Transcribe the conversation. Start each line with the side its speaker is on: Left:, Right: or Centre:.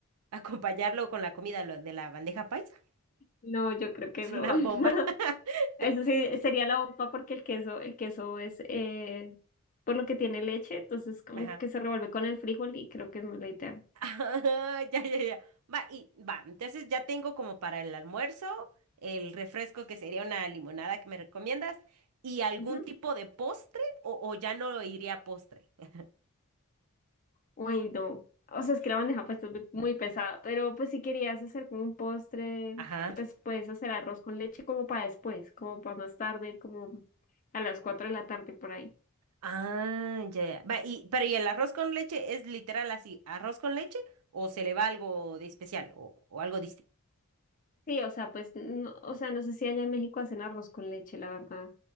Right: acompañarlo con la comida lo de la bandeja paisa. <laughs>
Left: No, yo creo que
Right: Es
Left: no.
Right: una
Left: <laughs>
Right: bomba. <laughs>
Left: Eso sí sería la bomba porque el queso, el queso es eh, por lo que tiene leche, entonces como
Right: Ajá.
Left: que se revuelve con el frijol y creo que es mala idea.
Right: Ah, ya, ya, ya. Va, y va, entonces ya tengo como para el almuerzo, el refresco que sería una limonada que me recomiendas y algún
Left: Ujú.
Right: tipo de postre o, o ya no iría a postre. <laughs>
Left: Ay, no. O sea, es que la bandeja paisa es muy muy pesada, pero pues si querías hacer como un postre,
Right: Ajá.
Left: pues puedes hacer arroz con leche como para después, como para más tarde, como a las 4 de la tarde por ahí.
Right: Ah, ya, ya. Va, y, pero ¿y el arroz con leche es literal así, arroz con leche o se le va algo de especial o, o algo
Left: Sí, o sea, pues, no, o sea, no sé si allá en México hacen arroz con leche, la verdad.